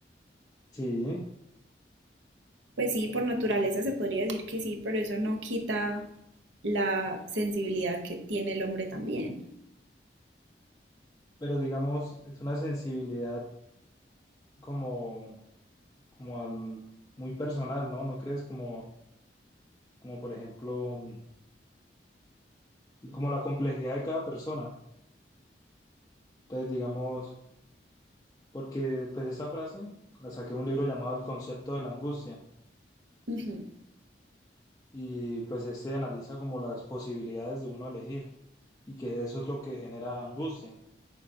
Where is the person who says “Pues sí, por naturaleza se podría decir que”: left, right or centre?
Right